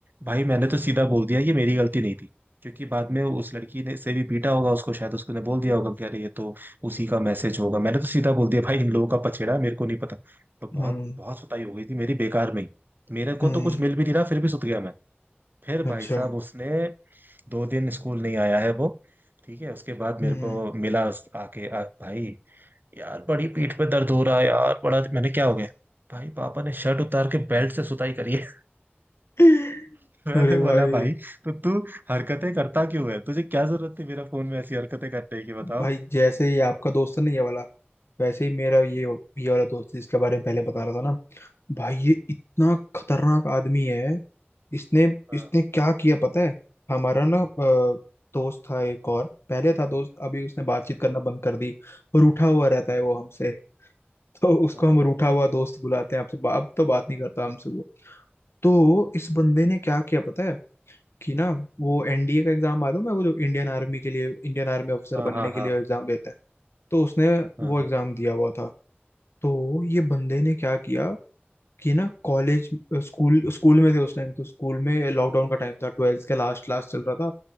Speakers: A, on the right (about 50°); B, on the left (about 80°).
A: भाई मैंने तो सीधा बोल दिया ये मेरी गलती नहीं थी क्योंकि बाद में उस लड़की ने से भी पीटा होगा उसको शायद उसको ने बोल दिया होगा कि अरे ये तो उसी का मैसेज होगा मैंने तो सीधा बोल दिया भाई इन लोगों का पछेड़ा है, मेरे को नहीं पता तो बहुत
B: हम्म
A: बहुत सुताई हो गई थी मेरी बेकार में ही मेरे
B: हम्म
A: को तो कुछ मिल भी नहीं रहा फिर भी सुत गया मैं फिर भाई
B: अच्छा
A: साहब उसने दो दिन स्कूल नहीं आया है वो ठीक है उसके बाद मेरे
B: हम्म
A: को मिला आके आ, भाई यार बड़ी पीठ पे दर्द हो रहा है यार बड़ा मैंने क्या हो गया भाई पापा ने शर्ट उतार के बेल्ट से सुताई करी है
B: <laughs>
A: <laughs> मैंने
B: अरे भाई
A: बोला भाई तो तू हरकतें करता क्यों है तुझे क्या जरूरत थी मेरा फोन में ऐसी हरकतें करने की बताओ
B: भाई जैसे ही आपका दोस्त है ना ये वाला वैसे ही मेरा ये ये वाला दोस्त है, जिसके बारे में पहले बता रहा था ना भाई ये इतना खतरनाक आदमी है इसने
A: हाँ
B: इसने क्या किया पता है हमारा ना अ, दोस्त था एक और पहले था दोस्त अभी उसने बातचीत करना बंद कर दी रूठा हुआ रहता है वो हमसे <laughs> तो उसको
A: हाँ
B: हम रूठा हुआ दोस्त बुलाते हैं आपसे अब तो बात नहीं करता हमसे वो तो इस बंदे ने क्या किया पता है कि ना वो एनडीए का एग्जाम मालूम है वो जो इंडियन आर्मी के लिए इंडियन आर्मी ऑफिसर
A: हाँ
B: बनने
A: हाँ
B: के
A: हाँ
B: लिए
A: हाँ
B: एग्जाम देता है तो उसने
A: हाँ
B: वो एग्जाम
A: हाँ,
B: दिया हुआ था तो ये बंदे ने क्या किया कि ना कॉलेज स्कूल स्कूल में थे उस टाइम तो स्कूल में लॉकडाउन का टाइम था ट्वेल्थ का लास्ट लास्ट चल रहा था